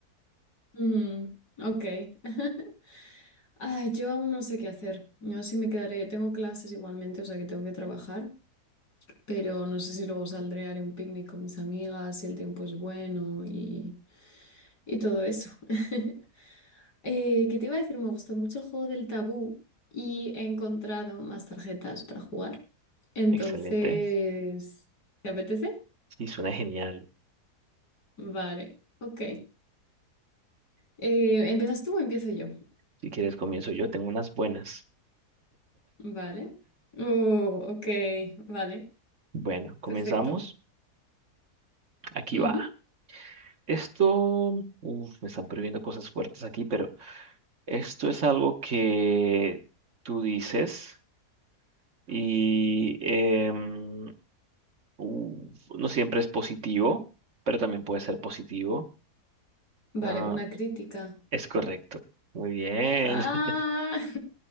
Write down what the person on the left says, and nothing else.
Mm, ok. <laughs> Ay, yo aún no sé qué hacer. No sé si me quedaré. Tengo clases igualmente, o sea que tengo que trabajar. pero no sé si luego saldré, haré un picnic con mis amigas, si el tiempo es bueno y, y todo eso. <laughs> Eh, ¿qué te iba a decir? Me gustó mucho el juego del tabú y he encontrado más tarjetas para jugar. Entonces,
¿te apetece?
Vale, ok. Eh, ¿empiezas tú o empiezo yo?
Vale. Oh, ok, vale,
perfecto.
Ujú.
Vale,
una crítica.
Ah,